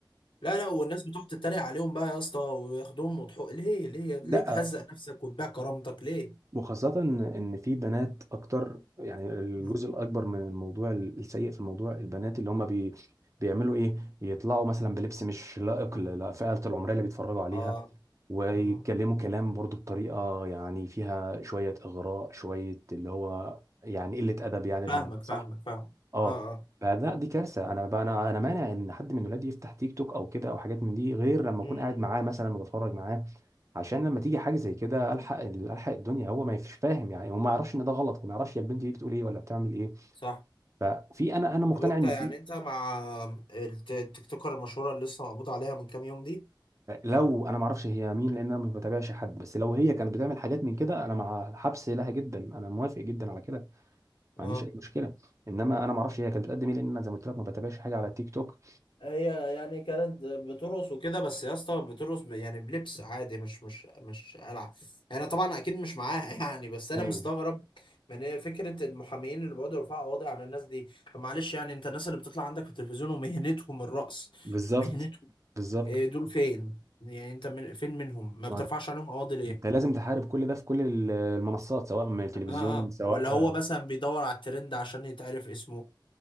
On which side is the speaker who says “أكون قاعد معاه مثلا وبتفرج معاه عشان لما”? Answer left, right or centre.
Right